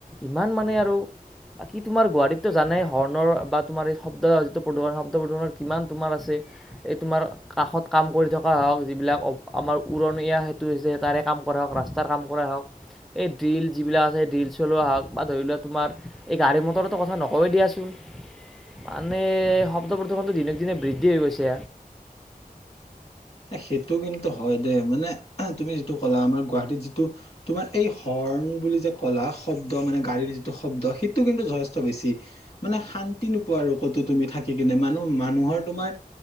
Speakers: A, in the centre; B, on the left (about 40°).
A: ইমান মানে আৰু বাকি তোমাৰ গুৱাহাটীতটো জানাই হৰ্ণৰ বা তোমাৰ এই শব্দ যিটো প্ৰদূষণ শব্দ প্ৰদূষণৰ কিমান তোমাৰ আছে এই তোমাৰ কাষত কাম কৰি থকা হওক, যিবিলাক অ আমাৰ উৰণীয়া সেতু হৈছে তাৰে কাম কৰাই হওক, ৰাস্তাৰ কাম কৰাই হওক এই ড্ৰিল যিবিলাক আছে এই ড্ৰিল চলোৱা হওক বা ধৰি লোৱা তোমাৰ এই গাড়ী মটৰতো কথা নকওয়েই দিয়াচোন। মানে শব্দ প্ৰদূষণ দিনক দিনে বৃদ্ধি হৈ গৈছে।
B: সেইটো কিন্তু হয় দেই মানে তুমি যিটো ক'লা আমাৰ গুৱাহাটীত যিটো তোমাৰ এই হৰ্ণ হন বুলি যে কলা শব্দ মানে গাড়ীৰ যিটো শব্দ সেইটো কিন্তু জয়শটো বেছি মানে শান্তি নোপো আৰু ক'তো তুমি থাকি কিনে মানুহ মানুহৰ তোমাৰ